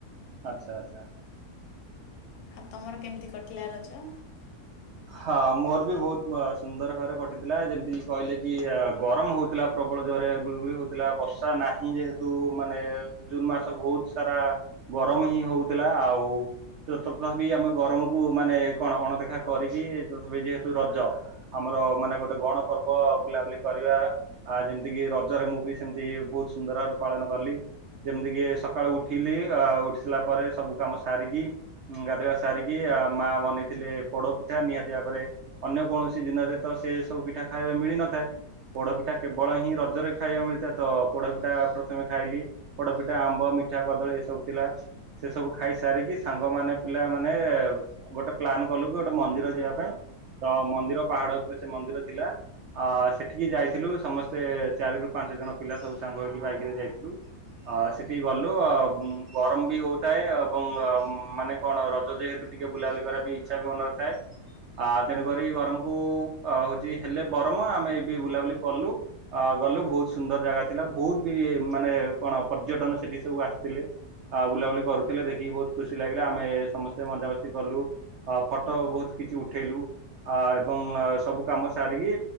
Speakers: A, on the right (about 70°); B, on the left (about 70°).
A: ଆଚ୍ଛା ଆଚ୍ଛା।
B: ଆଉ ତମର କେମିତି କଟିଲା ରଜ?
A: ହଁ ମୋର ବି ବହୁତ ଅ ସୁନ୍ଦର ଭାବରେ କଟିଥିଲା ଯେମିତି କହିଲେ କି ଗରମ ହଉଥିଲା ପ୍ରବଳ ଜୋରେ ଗୁଳିଗୁଳି ହଉଥିଲା ବର୍ଷା ନାହିଁ ଯେହେତୁ ମାନେ ଜୁନ ମାସ ବହୁତ ସାରା ଗରମ ହିଁ ହଉଥିଲା ଆଉ ତଥାପି ଆମେ ଗରମକୁ ମାନେ କଣ ଅଣଦେଖା କରିକି <unintelligible> ଯେହେତୁ ରଜ ଆମର ମାନେ ଗୋଟେ ଗଣ ପର୍ବ ବୁଲାବୁଲି କରିବା ଆ ଯେମିତି କି ରଜରେ ମୁଁ ବି ସେମିତି ବହୁତ ସୁନ୍ଦର ପାଳନ କଲି। ଯେମିତି କି ସକାଳୁ ଉଠିଲି ଉଠିସିଲା ଆ ପରେ ସବୁ କାମ ସାରିକି ଗାଧୋଇବା ସାରିକି ଆ ମା ବନେଇ ଥିଲେ ପୋଡ ପିଠା ନିହାତି ଭାବରେ ଅନ୍ୟ କୌଣସି ଦିନରେ ତ ସେ ସବୁ ପିଠା ଖାଇବା ମିଳିନଥାଏ। ପୋଡ଼ପିଠା କେବଳ ହିଁ ରଜରେ ଖାଇବା ମିଳିଥାଏ ତ ପୋଡ଼ପିଠା ପ୍ରଥମେ ଖାଇଲି। ପୋଡ଼ପିଠା, ଆମ୍ବ, ମିଠା କଦଳୀ ଏସବୁ ଥିଲା। ସେ ସବୁ ଖାଇ ସାରିକି ସାଙ୍ଗ ମାନେ ପିଲା ମାନେ ଗୋଟେ ପ୍ଲାନ ଗଲୁ କି ଗୋଟେ ମନ୍ଦିର ଯିବା ପାଇଁ ତ ମନ୍ଦିର ପାହାଡ଼ ଉପରେ ସେ ମନ୍ଦିର ଥିଲା। ଆ ସେଠିକି ଯାଇଥିଲୁ ସମସ୍ତେ ଚାରି ରୁ ପାଞ୍ଚ ଜଣ ପିଲା ସବୁ ସାଙ୍ଗ ହେଇକି ବାଇକ୍ ରେ ଯାଇଥିଲୁ। ଅ ସେଠିକି ଗଲୁ ଅ ଗରମ ବି ହଉଥାଏ ଏବଂ ଅ ମାନେ କଣ ରଜ ଯେହେତୁ ଟିକେ ବୁଲାବୁଲି କରିବା ପାଇଁ ଇଚ୍ଛା ବି ହୋଉ ନ ଥାଏ। ଆ ତେଣୁକରି ଗରମକୁ ଅ ହଉଚି ହେଲେ ବରମ ଆମେ ଏ ବି ବୁଲାବୁଲି କଲୁ। ଅ ଗଲୁ ବହୁତୁ ସୁନ୍ଦର ଜାଗା ଥିଲା ବହୁତି ମାନେ କଣ ପର୍ଯ୍ୟଟନ ସେଠି ସବୁ ଆସିଥିଲେ। ଆଉ ବୁଲାବୁଲି କରୁଥିଲେ ଦେଖିକି ବହୁତ୍ ଖୁସି ଲାଗିଲା ଆମେ ସମସ୍ତେ ମଜାମସ୍ତି କଲୁ। ଅ ଫଟ ବହୁତ୍ କିଛି ଉଠେଇଲୁ। ଆ ଏବଂ ଆ ସବୁ କାମ ସାରିକି